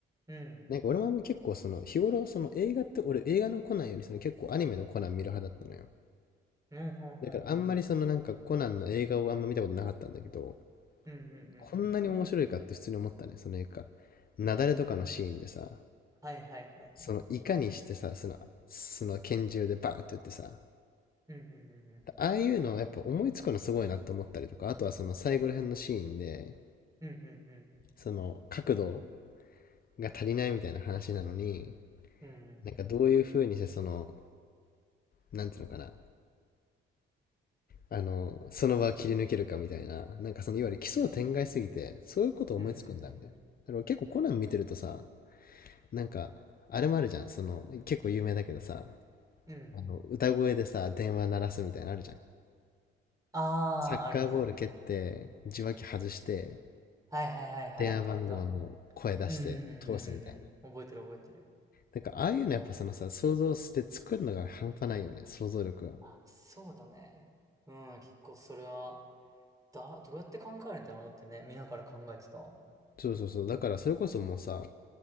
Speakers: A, on the right (about 15°); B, on the left (about 50°).
A: ううん。
B: なんか俺も結構その日頃その映画って俺映画のコナンよりその結構アニメのコナン見る派だったのよ。
A: うん、ほんほんほん。
B: だからあんまりそのなんかコナンの映画をあんま見たことなかったんだけど、
A: うんうんう
B: こんなに面白いかって普通に思ったね。
A: ん。
B: そのいうか、雪崩とかのシーンでさ、
A: はいはいはいはい。
B: そのいかにしてさ、その、その拳銃でバーって撃ってさ、
A: うんうん
B: ああいうのやっぱ思いつくのすごいなって思ったりとか、あとはその最後ら辺のシーンで、
A: うんうん。うんうんうん。
B: その角度が足りないみたいな話なのに、
A: うん
B: なんかどういう風にしてその、なんつうのかな、あの、その場を切り抜けるかみたいな、なんかそのいわゆる奇想天外すぎて、そういうこと思いつくんだみたいな。
A: うんうん
B: あか結構コナン見てるとさ、なんか、あれもあるじゃん、その、結構有名だけどさ、
A: うん。うん。
B: あの、歌声でさ、電話鳴らすみたいなのあるじゃん。
A: ああ、
B: サッカーボール蹴って、
A: あるね。
B: 受話器外して、
A: はいはいはいはい。
B: 電話番号の声出して通すみたいな。
A: あったあった。うんうんうんうんうん。覚えてる覚えてる。
B: なんか、ああいうのやっぱそのさ、想像して作るのが半端ないよね、想像力が。
A: あ、そうだね。うん、結構それは、だ、どうやって考えるんだろうってね、見ながら考えてた。
B: そうそうそう。だからそれこそもうさ、